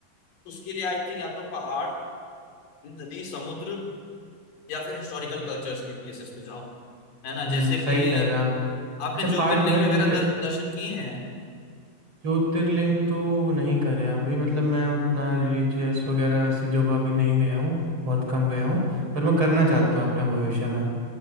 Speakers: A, on the left; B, on the right.
A: उसके लिए आई थिंक या तो पहाड़ नदी समुद्र या फिर हिस्टोरिकल कल्चर्स की प्लेसेस पे जाओ है ना
B: हम्म
A: जैसे
B: हम्म, सही
A: कि
B: कह रहे हैं आप
A: आपने
B: अच्छा
A: ज्योतिर्लिंग
B: पार्थ भाई
A: वगैरह
B: मुझे
A: दर, दर्शन किए हैं
B: ज्योतिर्लिंग तो नहीं करे अभी मतलब मैं उतना रिलीजियस वगैरह वैसी जगह अभी नहीं गया हूँ बहुत कम गया हूँ पर मैं करना चाहता हूँ अपने भविष्य में